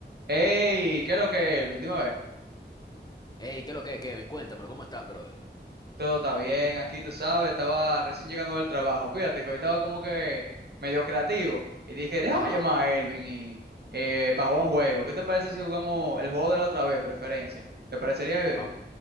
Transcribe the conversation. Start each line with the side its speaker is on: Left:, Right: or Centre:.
Right: Hey, ¿qué es lo que es, Elvin? Dime a ver.
Left: Ey, ¿qué es lo que, Kevin? Cuéntamelo, ¿cómo estás, brother?
Right: Todo está bien aquí, tú sabes. Estaba recién llegando del trabajo. Fíjate que hoy estaba como que medio creativo. Y dije, déjame
Left: Ajá,
Right: llamar a Elvin y, eh, para jugar un juego. ¿Qué te parece si jugamos el juego de la otra vez, preferencia? ¿Te parecería bien?
Left: va-